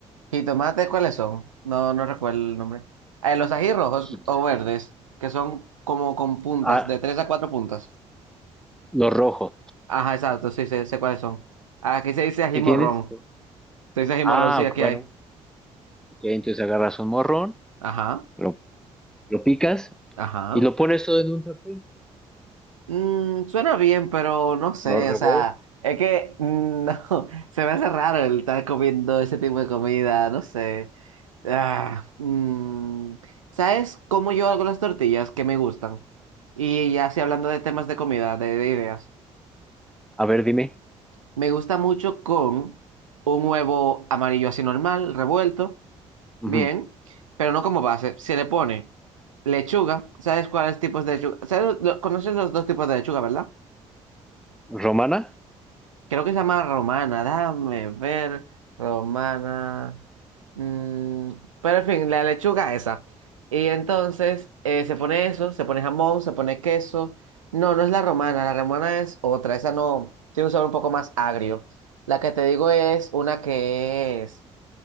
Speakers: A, on the right; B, in the centre.
A: ¿Jitomate cuáles son? No, no recuerdo el nombre. Eh, los ají rojos
B: Jit-
A: o verdes, que son como con puntas,
B: Ah,
A: de tres a cuatro puntas.
B: los rojos.
A: Ajá, exacto, sí, sé, sé cuáles son. Aquí se dice ají
B: ¿Sí
A: morrón.
B: tienes?
A: Se dice ají
B: Ah,
A: morrón, sí, aquí
B: ok, bueno.
A: hay.
B: Ok, entonces agarras un morrón,
A: Ajá,
B: lo, lo picas
A: ajá.
B: y lo pones todo en un sartén.
A: Mm, suena bien, pero no sé,
B: Lo revuelves.
A: o sea, es que mm, <laughs> no, se me hace raro el estar comiendo ese tipo de comida, no sé. Ah, mm, ¿sabes cómo yo hago las tortillas que me gustan? Y ya así hablando de temas de comida, de, de ideas,
B: A ver, dime.
A: me gusta mucho con un huevo amarillo así normal, revuelto,
B: Ujú.
A: bien, pero no como base, se le pone lechuga, ¿sabes cuáles tipos de lechuga? ¿Sabes lo- conoces los dos tipos de lechuga, ¿verdad?
B: ¿Romana?
A: Creo que se llama Romana, dame ver, Romana. mm, pero en fin, la lechuga esa. Y entonces eh, se pone eso, se pone jamón, se pone queso. No, no es la romana, la romana es otra, esa no, tiene un sabor un poco más agrio. La que te digo es una que es,